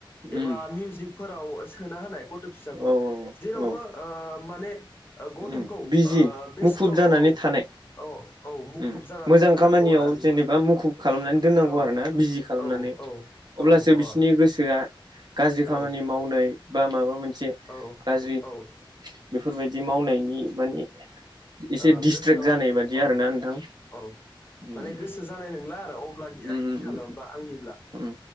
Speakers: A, on the right; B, on the left.
A: उम
B: एबा मिउजिक फोराव सोना होनाय गथ' फिसाखौ
A: औ औ
B: जेरावबो
A: औ
B: ओ माने गथ'खौ
A: उम
B: ओ
A: बिजि
B: बेस्थ'
A: मुखुब
B: औ
A: जानानै थानाय
B: औ औ मुखुब
A: उम
B: जाना
A: मोजां
B: थाहोनांगौ
A: खामानियाव
B: आरो आंनि
A: जेनेबा मुखुब खालामनानै दोननांगौ
B: औ
A: आरोना बिजि खालामनानै
B: औ औ
A: अब्लासो
B: औ अ
A: बिसिनि गोसोआ गाज्रि खामानि
B: औ
A: मावनाय बा माबा मोनसे
B: औ
A: गाज्रि
B: औ ओ
A: बेफोरबायदि बिदि मावनायनि माने एसे
B: अ
A: दिडिसट्रेक्ट
B: गोसोआव
A: जानाय बादि
B: अ
A: आरोना नोंथां
B: औ
A: उम
B: माने गोसो जानाय नंला आरो अब्लानिया
A: उम
B: आथिखालाव
A: उम
B: बा आंनिब्ला
A: उम